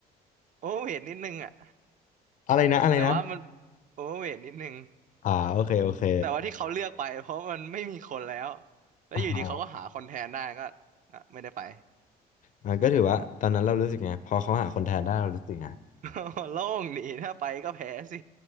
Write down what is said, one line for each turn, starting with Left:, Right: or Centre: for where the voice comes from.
Right: โอเวอร์เวทนิดนึงอะ
Left: อะไรนะอะไรนะ
Right: แต่ว่ามันโอเวอร์เวทนิดนึง
Left: อ่าโอเคโอเค
Right: แต่ว่าที่เขาเลือกไปเพราะมันไม่มีคนแล้วแล้วอยู่ดีเขาก็หาคนแทนได้ก็
Left: อ่า
Right: อ่ะไม่ได้ไป
Left: อ่าก็ถือว่าตอนนั้นเรารู้สึกไงพอเขาหาคนแทนได้เรารู้สึกไง
Right: <laughs> โล่งดีถ้าไปก็แพ้สิ